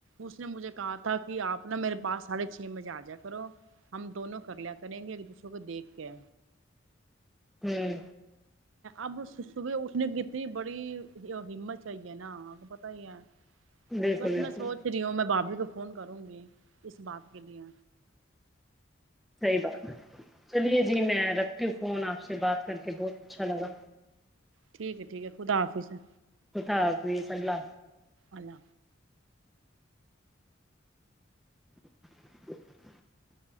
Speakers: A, on the right; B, in the centre.
A: اس نے مجھے کہا تھا کہ آپ نا میرے پاس ساڑھے چھ بجے آ جا کرو ہم دونوں کر لیا کریں گے ایک دوسرے کو دیکھ کے
B: ہوں
A: اب صبح اس نے کیت بڑی ہمت چاہ ہے نا پت ہی ہے
B: بالکل
A: بس
B: بالکل
A: میں سوچ رہی ہوں میں بابری گپ فون کروں گی اس بات کے لیے
B: صیبہ چلیے جی میں رکھ فون آپ سے بات کر کے بہت اچھا لگا
A: ٹھیک ہے ٹھیک ہے خدا آافس ہے
B: کت حب صلہ
A: اللہ حافظ
B: <inaudible>